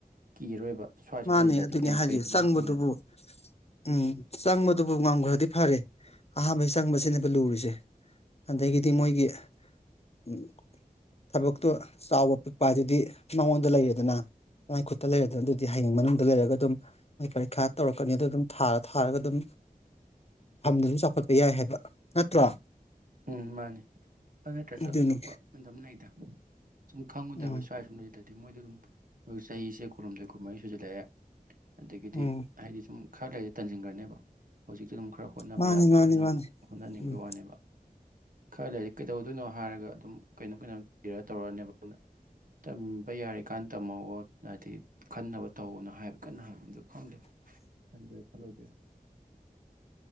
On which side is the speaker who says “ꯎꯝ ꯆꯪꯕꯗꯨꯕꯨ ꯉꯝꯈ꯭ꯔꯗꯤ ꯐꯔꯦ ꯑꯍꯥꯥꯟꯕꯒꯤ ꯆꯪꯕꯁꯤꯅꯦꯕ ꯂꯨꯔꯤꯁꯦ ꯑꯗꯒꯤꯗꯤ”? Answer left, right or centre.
Left